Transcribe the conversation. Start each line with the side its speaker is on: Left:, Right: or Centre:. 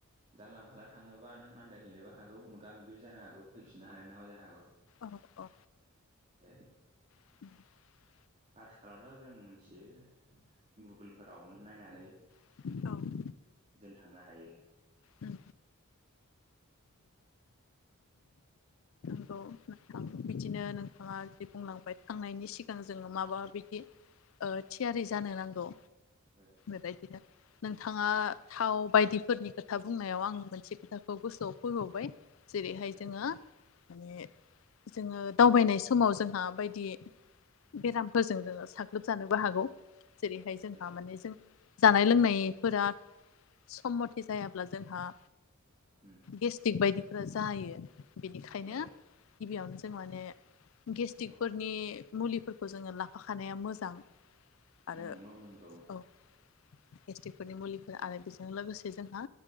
Right: जानला मानला थाङोबा नों आनन्दायहैनोबो हागौ मोगा-मोगिबो जानो हागौ फैफिननो हानाय नाङाबो जानो हागौ।
Left: औ-औ
Right: ए
Left: <unintelligible>
Right: आथिखालावथ' जों मिथियो गुगोलफोरावनो नायनानै।
Left: औ
Right: जों थांनो हायो।
Left: उम। ओ नोंथां बिदिनो नोंथाङा बुंलांबाय थांनायनि सिगां जोङो माबा बिदि ओ थियारि जानो नांगौ।
Right: हो।
Left: बेबायदिनो नोंथाङा थाव बायदिफोरनि खोथा बुंनायाव आं मोनसे खोथाखौ गोसोआव फैबावबाय जेरैहाय
Right: ओ
Left: जोङो माने जोङो दावबायनाय समाव जोंहा बायदि बेरामफोरजों जोङो साग्लोबजानोबो हागौ जेरैहाय जोंहा
Right: ओ
Left: माने जों जानाय लोंनायफोरा सम मथि जायाब्ला जोंहा
Right: उम
Left: गेस्टिक बायदिफोरा जायो बेनिखायनो
Right: ओ
Left: गिबियावनो जों माने गेस्टिकफोरनि
Right: अ
Left: मुलिफोरखौ जोङो लाफाखानाया मोजां आरो
Right: नंगौ नंगौ
Left: औ गेस्टिकफोरनि मुलिफोर आरो बेजों लोगोसे जोंहा